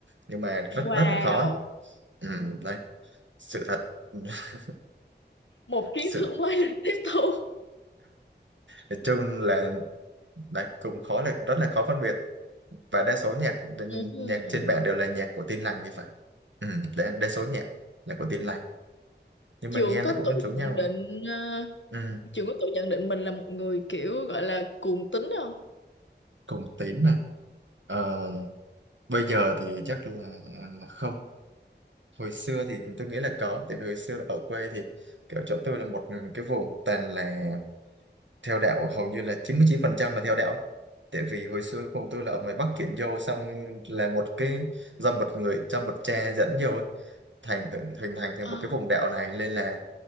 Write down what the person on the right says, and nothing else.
nhưng mà
rất rất là khó ấy. ừ, đấy sự thật <laughs>
sự
nói chung là đấy cũng khó là rất là khó phân biệt và đa số nhạc
nhạc trên mạng đều là nhạc của Tin lành thì phải ừ, đa, đa số nhạc là của Tin lành nhưng
mà nghe
nó cũng
giống nhau
ừ.
Cùng tín này Ờ, bây giờ thì chắc là là không hồi xưa thì tôi nghĩ là có tại vì hồi xưa là ở quê thì kiểu chỗ tôi là một cái vùng toàn là theo đạo hầu như là chín chín mươi chín phần trăm là theo đạo tại vì hồi xưa vùng tôi là ở ngoài Bắc chuyển vô xong là một cái do một người cho một cha dẫn vô ấy, thành hình thành thành
một cái vùng đạo này nên là